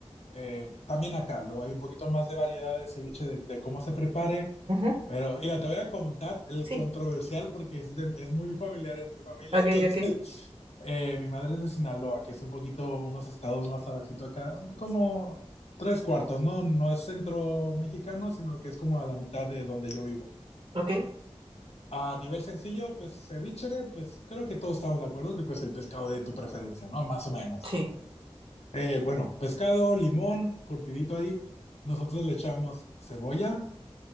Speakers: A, on the left (about 75°); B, on the right (about 55°).
A: eh, también acá lo hay un poquito más de variedad de ceviche de, de cómo se prepare.
B: Ujú,
A: Pero, mira, te voy a contar el
B: Sí,
A: controversial porque es, de- es muy familiar en mi familia.
B: ok,
A: Entonces,
B: ok,
A: <laughs> eh, mi madre es de Sinaloa, que es un poquito, unos estados más abajito acá, un poco como tres cuartos, ¿no? No es centro mexicano, sino que es como a la mitad de donde yo vivo.
B: ok,
A: A nivel sencillo, pues ceviche, pues creo que todos estamos de acuerdo que pues el pescado de tu preferencia, ¿no? Más o menos.
B: sí.
A: Eh, bueno, pescado, limón, curtidito ahí. Nosotros le echamos cebolla,